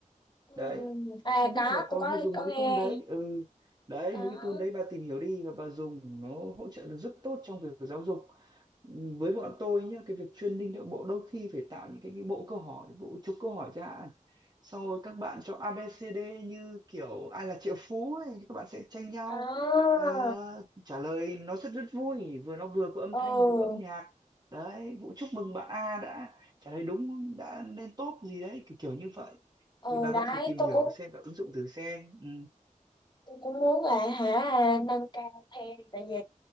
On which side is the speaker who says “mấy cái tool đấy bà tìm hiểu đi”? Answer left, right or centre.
Right